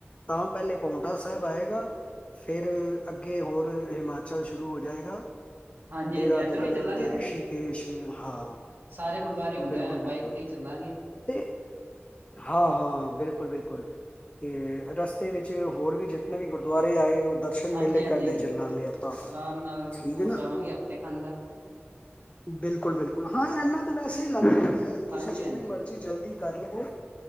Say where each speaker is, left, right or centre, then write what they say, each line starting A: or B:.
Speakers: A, on the left (about 30°); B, on the right (about 55°).
A: ਤਾਂ ਪਹਿਲੇ ਪਾਉਂਟਾ ਸਾਹਿਬ ਆਏਗਾ ਫਿਰ ਅੱਗੇ ਹੋਰ ਹਿਮਾਚਲ ਸ਼ੁਰੂ ਹੋ ਜਾਏਗਾ ਹੈ
B: ਹਾਂਜੀ
A: ਦੇਹਰਾਦੂਨ
B: ਹਾਂਜੀ ਇੱਧਰੋਂ ਹੀ ਚੱਲਾਂਗੇ
A: ਤੇ ਰਿਸ਼ੀਕੇਸ਼
B: ਫਿਰ
A: ਹਾਂ
B: ਸਾਰੇ ਗੁਰਦੁਆਰੇ ਹੁੰਦੇ
A: ਬਿਲਕੁਲ
B: ਆ
A: ਬਿਲਕੁਲ
B: ਬਾਈਕ ਤੇ ਹੀ ਚੱਲਾਂਗੇ
A: ਤੇ ਹਾਂ ਹਾਂ ਬਿਲਕੁਲ ਬਿਲਕੁਲ ਤੇ ਰਸਤੇ ਵਿੱਚ ਹੋਰ ਵੀ ਜਿੱਤਨੇ ਵੀ ਗੁਰਦੁੱਆਰੇ ਆਏ ਦਰਸ਼ਨ
B: ਹਾਂਜੀ
A: ਮੇਲੇ
B: ਹਾਂਜੀ
A: ਕਰਦੇ ਚੱਲਾਂਗੇ ਆਪਾਂ
B: ਆਰਾਮ ਨਾਲ ਟੂਰ
A: ਹੈ ਨਾ
B: ਲਵਾਂਗੇ ਹਫ਼ਤੇ ਖਾਨ ਦਾ
A: ਬਿਲਕੁਲ ਬਿਲਕੁਲ ਹਾਂ ਇਨਾ ਤਾਂ ਵੈਸੇ ਹੀ ਲੱਗਦਾ ਹੈਂ ਤੁਸੀਂ
B: ਹਾਂਜੀ
A: ਜਿੰਨੀ
B: ਹਾਂਜੀ
A: ਮਰਜ਼ੀ ਜਲਦੀ ਕਰ ਲਵੋ